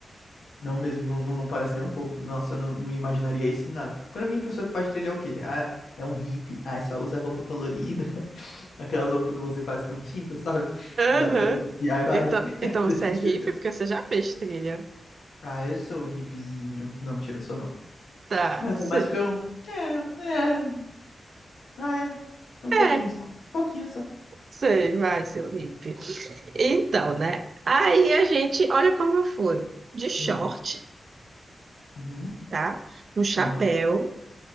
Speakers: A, on the left; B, on the right.
A: Não mesmo. Não, não, não parece nem um pouco. Nossa, eu não, não imaginaria isso em nada. Pra mim, a pessoa que faz trilha é o quê? Ah, é um hippie. Ah, é só usa roupa colorida. <laughs> Aquelas roupas que você faz com tinta, sabe?
B: Aham.
A: Da, eh, DIY.
B: Então,
A: <laughs>
B: então
A: Desse
B: você é
A: tipo.
B: hippie porque você já fez trilha.
A: Ah, eu sou hippiezinho. Não, mentira, não sou não.
B: Tá.
A: Mas
B: Você-
A: é mais porque eu. É, é. Ah, é. É Um
B: É.
A: pouquinho só. Um pouquinho só.
B: Sei, vai, seu hippie. Então, né? Aí a gente, olha como eu fui. De short,
A: Hum. Uhum.
B: tá? Um chapéu,
A: Aham.